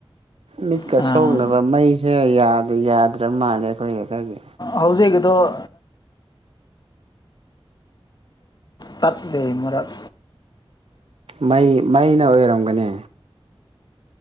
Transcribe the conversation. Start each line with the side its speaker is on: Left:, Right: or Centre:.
Right: ꯃꯤꯠꯀ
Left: ꯑꯥ
Right: ꯁꯣꯛꯅꯕ ꯃꯩꯁꯦ ꯌꯥꯗ꯭ꯔ ꯌꯥꯗ꯭ꯔꯕ ꯃꯥꯜꯂꯦ ꯑꯩꯈꯣꯏ
Left: ꯍꯧꯖꯤꯛꯀꯤꯗꯣ ꯇꯠꯂꯦ ꯃꯔꯛ
Right: ꯃꯩ ꯃꯩꯅ ꯑꯣꯏꯔꯝꯒꯅꯤ